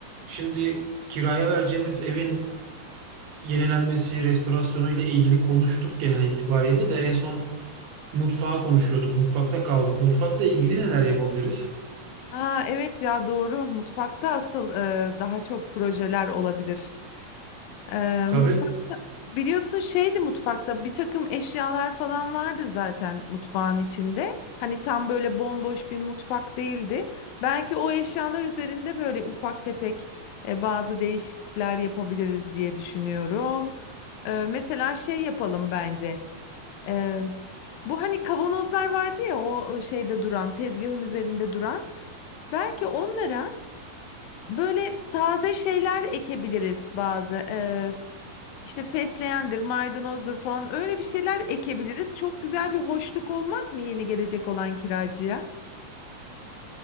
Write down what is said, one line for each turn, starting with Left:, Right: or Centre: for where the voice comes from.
Right: Şimdi kiraya vereceğimiz evin yenilenmesi, restorasyonu ile ilgili konuştuk genel itibariyle de en son mutfağı konuşuyorduk. Mutfakta kaldık. Mutfakla ilgili neler yapabiliriz?
Left: Ha, evet ya doğru. Mutfakta asıl e, daha çok projeler olabilir. E,
Right: Tabii.
Left: mutfakta biliyorsun şeydi mutfakta bir takım eşyalar falan vardı zaten mutfağın içinde. Hani tam böyle bomboş bir mutfak değildi. Belki o eşyalar üzerinde böyle ufak tefek e, bazı değişiklikler yapabiliriz diye düşünüyorum. E, mesela şey yapalım bence. E, bu hani kavanozlar vardı ya o şeyde duran, tezgahın üzerinde duran. Belki onlara Böyle taze şeyler ekebiliriz bazı. Ee, işte fesleğendir, maydanozdur falan öyle bir şeyler ekebiliriz. Çok güzel bir hoşluk olmaz mı yeni gelecek olan kiracıya?